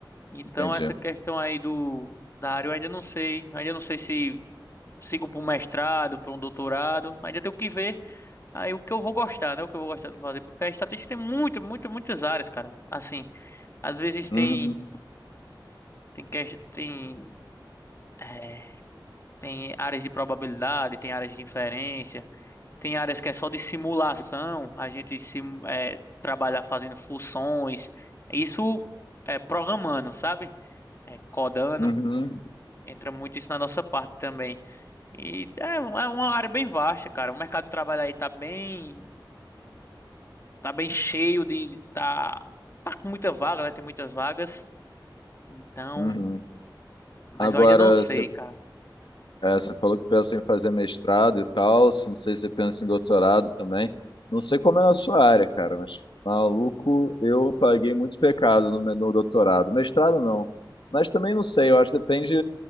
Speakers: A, on the left; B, on the left.
A: Então
B: Entendi.
A: essa questão aí do da área eu ainda não sei, ainda não sei se sigo para um mestrado, para um doutorado, ainda tenho que ver aí o que eu vou gostar, né? O que eu vou gostar de fazer, porque a estatística tem muito, muito, muitas áreas, cara. Assim, às vezes tem
B: Uhum,
A: tem ques- tem é, tem áreas de probabilidade, tem áreas de inferência, tem áreas que é só de simulação, a gente sim, é, trabalhar fazendo funções, isso é programando, sabe? É, codando,
B: uhum,
A: entra muito isso na nossa parte também. E é, um- é uma área bem vasta, cara. O mercado de trabalho aí tá bem, tá bem cheio de, tá, tá com muita vaga, né? Tem muitas vagas. Então,
B: uhum.
A: mas
B: Agora,
A: eu ainda não
B: você,
A: sei, cara.
B: é, você falou que pensa em fazer mestrado e tal. Se Não sei se você pensa em doutorado também. Não sei como é na sua área, cara, mas maluco, eu paguei muito pecado no, me- no doutorado. Mestrado não. Mas também não sei, eu acho que depende